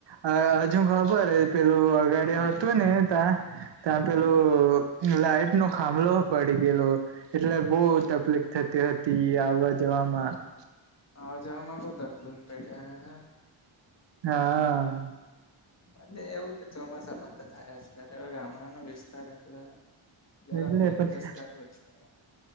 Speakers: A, on the right; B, on the left.
A: આ હવે જુ ખબર હ પેલું અગાડિયા
B: હા
A: હતું ને ત્યાં ત્યાં પેલું
B: હા
A: લાઈટ નો ખાંભલો પડી ગયેલો એટલે બહુ તકલીફ થતી હતી. આવ્ વવા જવામાં.
B: આવા જવામાં બો તકલીફ પડી અને
A: હા.
B: અને એવું તો ચોમાસામાં તો થાય જ કરે ગામડાનો વિસ્તાર એટલે જરાક
A: એટલે
B: તો એકજૅસ
A: પણ
B: કરવો જ પડે.